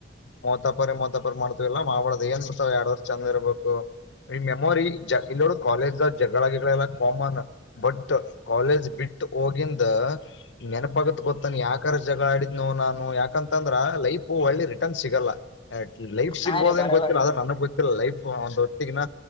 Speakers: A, on the left; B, on the left.
A: ಮೊತಪರಿ ಮತಪರಿ ಮಾಡ್ ಇಲ್ಲ ಮಾಡಬಡ್ದ್ ಏನ್ ಬಿತಾವ ಎರಡ್ ವರ್ಷ ಚಂದ ಇರ್ಬೇಕು ಮೆಮೋರಿ ಜ ಇಲ್ನೋಡು ಕಾಲಜದಾಗ್ ಜಗಳ ಗಿಗಳೆಲ್ಲ ಕಾಮನ್. ಬಟ್ ಕಾಲೇಜ್ ಬಿಟ್ಟ ಹೋಗಿಂದ ನೆನಪಾಗತ್ ಗೊತ್ತನ್ ಯಾಕ್? ತರ್ ಜಗಳ ಆಡಿದ್ನು ನಾನು ಯಾಕಂತಂದ್ರ ಲೈಫ್ ಒಳ್ಳಿ ರೀ ಸಿಗಲ್ಲ ಲೈಫ್ ಸಿಗ್ಬೋದೇನ್
B: ಹಾ ರೀ ಬರಬರಿ
A: ಗೊತ್ತಿಲ್ಲ ಆದ್ರ ನನಗ್ ಗೊತ್ತಿಲ್ಲ ಲೈಫ್ ಒಂದು ಹೊತ್ತಿಗಿನ